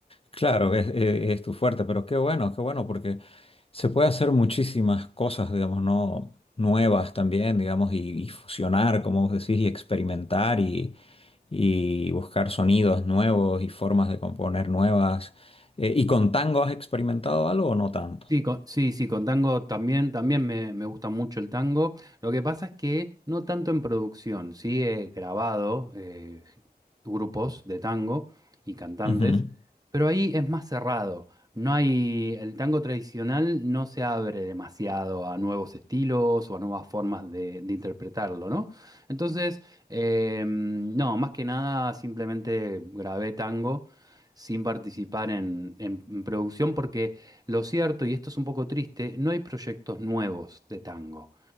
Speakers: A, on the left; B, on the right.
A: Claro, es, es- es tu fuerte, pero qué bueno, qué bueno, porque se puede hacer muchísimas cosas, digamos, no nuevas también, digamos, y, y fusionar, como vos decís, y experimentar y, y buscar sonidos nuevos y formas de componer nuevas. Eh, ¿y con tango has experimentado algo o no tanto?
B: Sí, con- sí, sí, con tango también, también me, me gusta mucho el tango. Lo que pasa es que no tanto en producción, sí he grabado eh, grupos de tango y cantantes,
A: Ujú,
B: pero ahí es más cerrado. No hay, el tango tradicional no se abre demasiado a nuevos estilos o a nuevas formas de, de interpretarlo, ¿no? Entonces, eh, no, más que nada simplemente grabé tango sin participar en en- en producción porque... Lo cierto, y esto es un poco triste, no hay proyectos nuevos de tango.